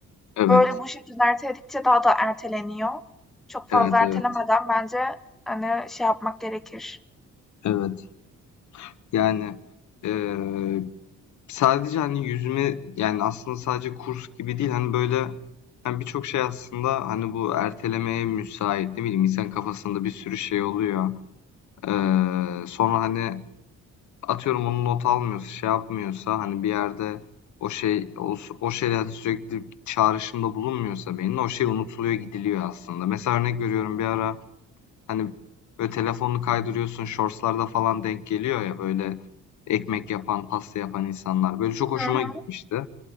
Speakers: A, on the left; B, in the centre.
A: Evet,
B: Böyle bu şekilde erteledikçe daha da erteleniyor. Çok fazla
A: evet,
B: ertelemeden
A: evet,
B: bence, hani, şey yapmak gerekir.
A: evet. Yani eee, sadece hani yüzme yani aslında sadece kurs gibi değil hani böyle hani birçok şey aslında hani bu ertelemeye müsait ne bileyim insan kafasında bir sürü şey oluyor. Eee, sonra hani atıyorum onu not almıyorsa şey yapmıyorsa hani bir yerde o şey o, o şeyle hani sürekli çağrışımda bulunmuyorsa beynin o şey unutuluyor gidiliyor aslında. Mesela örnek veriyorum bir ara hani böyle telefonunu kaydırıyorsun shortslarda falan denk geliyor ya böyle ekmek yapan pasta yapan insanlar. Böyle çok hoşuma
B: Hı hı.
A: gitmişti.